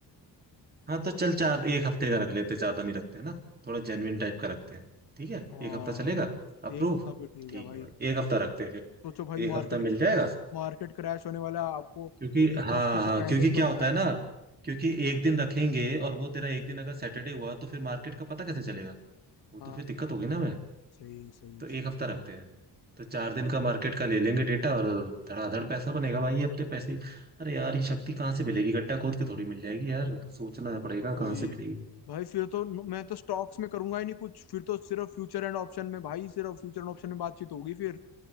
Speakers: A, on the right (about 25°); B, on the left (about 65°).
A: हाँ तो चल चार एक हफ्ते का रख लेते ज्यादा नहीं रखते ना थोड़ा जेन्युइन टाइप का रखते हैं ठीक है
B: हाँ
A: एक हफ्ता चलेगा अप्रूव
B: एक हफ्ता भी ठीक
A: ठीक
B: है भाई
A: है भाई एक हफ्ता रखते हैं फिर
B: सोचो भाई मार्केट
A: एक हफ्ता मिल जाएगा
B: मार्केट क्रैश होने वाला है, आपको
A: क्योंकि
B: एक
A: हाँ
B: हफ्ते से
A: हाँ
B: पहले
A: क्योंकि
B: ही
A: क्या
B: पता
A: होता
B: है
A: है ना क्योंकि एक दिन रखेंगे और वो तेरा एक दिन अगर सैटरडे हुआ तो फिर मार्केट का पता कैसे चलेगा वो
B: हाँ
A: तो फिर दिक्कत होगी ना मैं
B: सही सही
A: तो एक
B: सही
A: हफ्ता रखते हैं तो चार दिन का मार्केट का ले लेंगे डेटा और धड़ाधड़ पैसा बनेगा भाई ये अपने पैसे ही। अरे यार ये शक्ति कहाँ से मिलेगी गड्ढा खोद के थोड़ी मिल जाएगी यार सोचना पड़ेगा
B: भाई
A: कहाँ से मिलेगी
B: भाई फिर तो न- मैं तो स्टॉक्स में करूंगा ही नहीं कुछ फिर तो सिर्फ फ्यूचर एंड ऑप्शन में भाई सिर्फ फ्यूचर एंड ऑप्शन में बातचीत होगी फिर